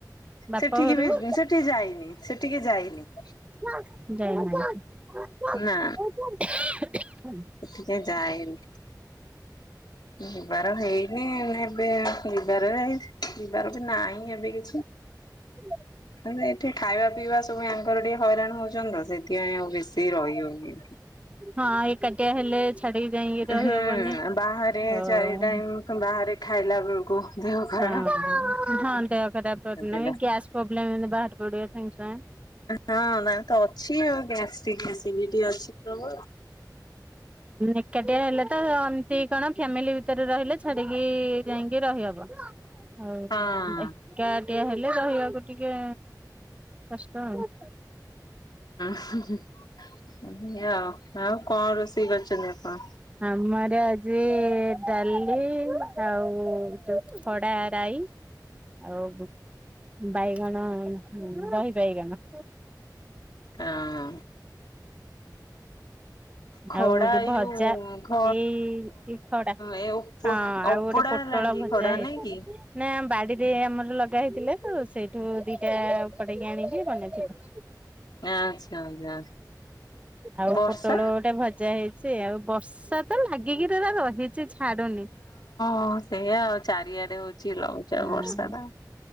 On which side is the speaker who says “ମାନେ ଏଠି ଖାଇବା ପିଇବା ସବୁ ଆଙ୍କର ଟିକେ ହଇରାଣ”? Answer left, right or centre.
Left